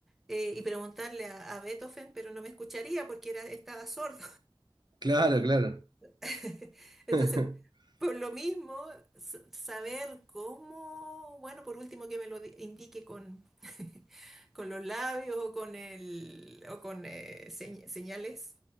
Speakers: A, in the centre; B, on the right.
A: eh, y preguntarle a, a Beethoven, pero no me escucharía porque era, estaba sordo.
B: Claro, claro.
A: <laughs> Entonces,
B: <laughs>
A: por lo mismo, s- saber cómo, bueno, por último que me lo di- indique con, <laughs> con los labios o con el, o con eh, señ- señales